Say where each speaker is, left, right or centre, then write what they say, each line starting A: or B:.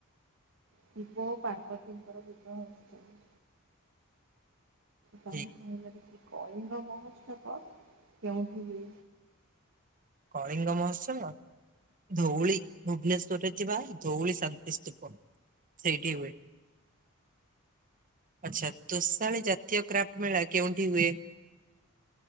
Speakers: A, on the right; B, on the right.
A: ଶିବ ଓ ପାର୍ବତୀଙ୍କର ବିବାହ ଉତ୍ସବ। ତମେ
B: ଠିକ୍
A: କହିଲ ଦେଖି କଳିଙ୍ଗ ମହୋତ୍ସବ କେଉଁଠି ହୁଏ?
B: କଳିଙ୍ଗ ମହୋତ୍ସବ! ଧୋଉଳି। ଭୁବନେଶ୍ଵରରେ ଥିବା ଧୋଉଳି ଶାନ୍ତିସ୍ତୁପ। ସେଇଠି ହୁଏ। ଆଛା ତୋଷାଳୀ ଜାତୀୟ କ୍ରାଫ୍ଟ ମେଳା କେଉଠି ହୁଏ?